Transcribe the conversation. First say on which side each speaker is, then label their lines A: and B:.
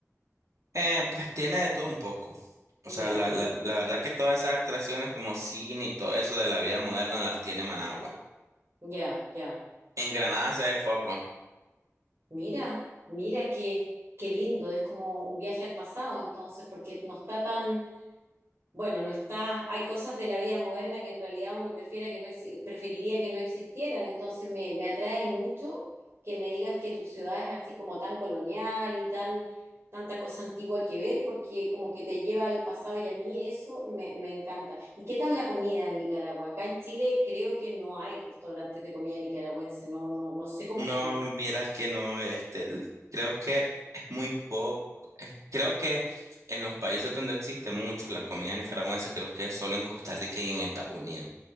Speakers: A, on the right; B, on the right.
A: eh, pues tiene de todo un poco. O sea,
B: Ya,
A: la, la, la verdad que todas esas atracciones como cine y todo eso de la vida moderna las tiene Managua.
B: ya, ya.
A: En Granada se ve poco.
B: Mira, mira qué, qué lindo. Es como un viaje al pasado, entonces, porque no está tan Bueno, no está, hay cosas de la vida moderna que en realidad uno prefiera que no exi- preferiría que no existieran, entonces me, me atrae mucho que me digas que tu ciudad es así como tan colonial y tan tanta cosa antigua que ver, porque como que te lleva al pasado y a mí eso me, me encanta. ¿Y qué tal la comida en Nicaragua? Acá en Chile creo que no hay restaurantes de comida nicaragüense, no, no, no sé cómo
A: No,
B: son.
A: vieras que no, este, l- creo que es muy poco, eh, creo que en los países donde existe mucho la comida nicaragüense, creo que es solo en Costa Rica y en Estados Unidos.